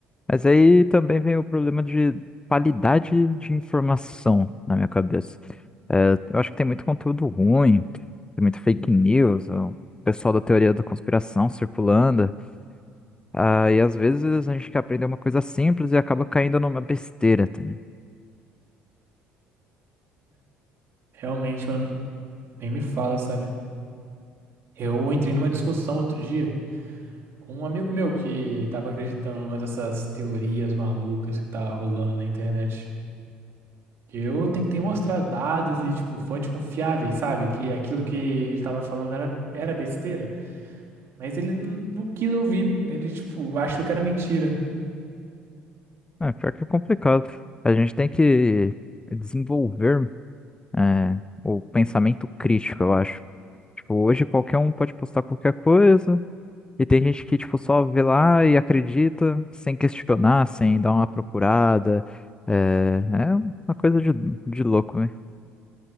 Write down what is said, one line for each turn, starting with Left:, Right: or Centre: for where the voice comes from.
Left: mas aí também vem o problema de qualidade de informação na minha cabeça. É, eu acho que tem muito conteúdo ruim, tem muito fake news, o pessoal da teoria da conspiração circulando. Ah, e às vezes a gente quer aprender uma coisa simples e acaba caindo numa besteira, tá?
Right: Realmente, mano, nem me fala, sabe? Eu entrei numa discussão outro dia com um amigo meu que tava acreditando em umas dessas teorias malucas que tá rolando na internet. Eu tentei mostrar dados e, tipo, fontes confiáveis, sabe? Que aquilo que ele tava falando era, era besteira. Mas ele não não quis ouvir. Ele, tipo, achou que era mentira.
Left: É, pior que é complicado. A gente tem que desenvolver, é, o pensamento crítico, eu acho. Tipo, hoje qualquer um pode postar qualquer coisa, e tem gente que, tipo, só vê lá e acredita, sem questionar, sem dar uma procurada. É, é uma coisa de, de louco, né?